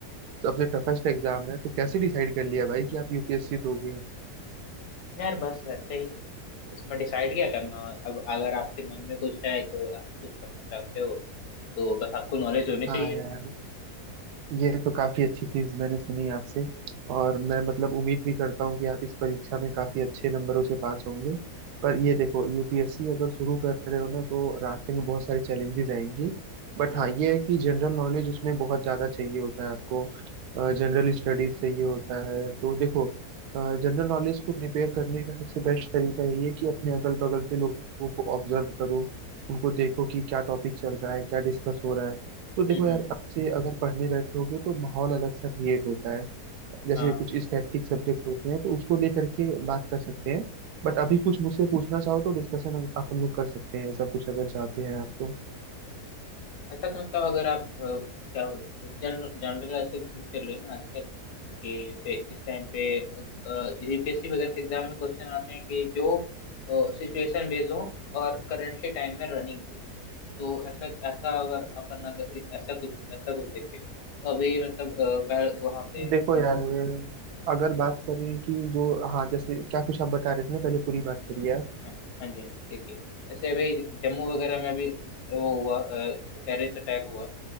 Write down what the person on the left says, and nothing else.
यार बस वैसे ही उसमें डिसाइड क्या करना अब अगर आपके मन में कुछ है कोई आप कुछ करना चाहते हो तो बस आपको नॉलेज होनी चाहिए
हम्म
हम्म
हम्म
हम्म,
हाँ
हम्म
अच्छा तो मतलब अगर आप अ, क्या जनरल जनरल ऐसे थिंग चल रही है ना आजकल कि जैसे इस टाइम पे यूपीएससी वगैरह के एग्जाम में क्वेश्चन आते हैं कि जो सिचुएशन बेस्ड हो और करंटली टाइम में रनिंग हो तो ऐसा ऐसा अगर अपन अगर इस- ऐसा कुछ ऐसा कुछ देखें तो अभी मतलब अ, पहल वहाँ पे
जम्मू
हाँ हाँ जी हाँ जी, देखिए ऐसे अभी जम्मू वगैरह में अभी इस- वो हुआ टेररिस्ट अटैक हुआ